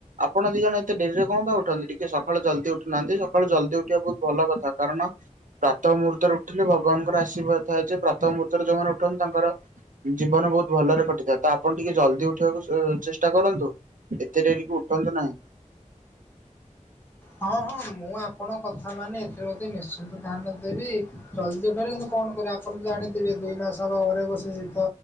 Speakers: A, on the right; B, on the left.
A: ଆପଣ ଦି ଜଣ ଏତେଡେରିରେ କଣ ପାଇଁ ଉଠନ୍ତି ଟିକେ ସକାଳୁ ଜଲଦି ଉଠୁନାହାନ୍ତି ସକାଳୁ ଜଲଦି ଉଠିବା ବହୁତ ଭଲ କଥା କାରଣ ପ୍ରାତଃ ମୁହୂତ୍ତରେ ଉଠିଲେ ଭଗବାନଙ୍କର ଆଶୀର୍ବାଦ ଥାଏ ଯେ ପ୍ରାତଃ ମୁହୂତ୍ତରେ ଯୋଉମାନେ ଉଠନ୍ତି ତାଙ୍କର ଜୀବନ ବହୁତ ଭଲରେ କଟିଥାଏ ତ ଆପଣ ଟିକେ ଜଲଦି ଉଠିବାକୁ ଚେଷ୍ଟା କରନ୍ତୁ। ଏତେ ଡେରିକ ଉଠନ୍ତୁ ନାହିଁ।
B: ହଁ ହଁ ମୁଁ ଆପଣଙ୍କ କଥା ମାନେ ଏଥିରେ ବୋଧେ ନିଶ୍ଚିନ୍ତ ଧ୍ୟାନ ଦେବି। ଜଲଦି ଉଠାରେ କିନ୍ତୁ କଣ କରିବ ଆପଣ ତ ଜାଣିଥିବେ ଦୁଇ ମାସ ହ ଘରେ ବସି ଶୀତ